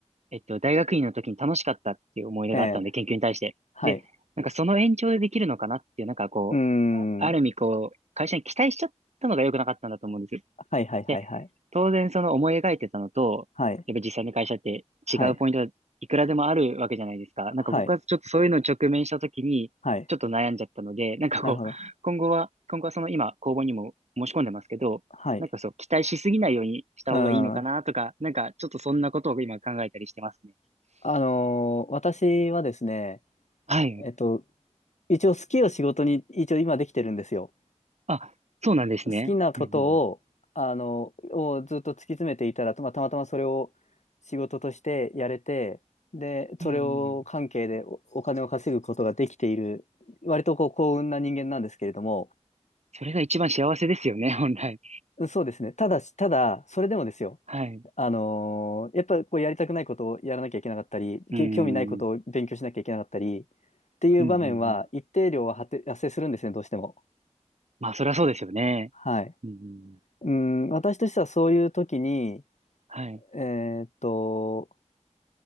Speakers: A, on the right; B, on the left.
A: えっと、大学院の時に楽しかったっていう思い出があったので、
B: ええ、
A: 研究に対して。
B: はい、
A: で、なんかその延長でできるのかなっていう、なんかこう、
B: うー
A: あある意味こう、
B: ん、
A: 会社に期待しちゃったのが良くなかったんだと思うんです。
B: はいはいはいはい、
A: で、当然その思い描いてたのと、
B: はい、
A: やっぱ実際の会社って違うポイントがいくらでもあるわけじゃないですか。
B: はい、
A: なんか僕はちょっとそういうのを直面した時に、
B: はい、はい、
A: ちょっと悩んじゃったので、なんかこう、
B: なるほど、
A: 今後は、今後はその今、公募にも申し込んでますけど、
B: はい、
A: なんかそう、期待しすぎないようにした方がいいのかなとか、
B: うん、
A: なんかちょっとそんなことを今考えたりしてますね。
B: あの、私はですね、
A: はい。
B: えっと、一応好きを仕事に、一応今できてるんですよ。
A: あ、そうなんですね。
B: 好きなことを、
A: うんうん。
B: あの、をずっと突き詰めていたら、まあ、たまたまそれを仕事としてやれて、で、それを関係でお、
A: うんうんうんうん
B: お金を稼ぐことができている、割とこう幸運な人間なんですけれども、
A: それが一番幸せですよね、<laughs> 本来。
B: そうですね。ただし、ただ、それでもですよ。
A: はい。
B: あのーやっぱりこうやりたくないことをやらなきゃいけなかったり、
A: うん。
B: け興味ないことを勉強しなきゃいけなかったり、
A: うん
B: っていう場面は一定量は発発生するんですね、
A: うんうん。
B: どうしても。
A: まあ、そりゃそうですよね。
B: はい。
A: うんうん。
B: うん、私としてはそういう時に、
A: はい。
B: えーっと、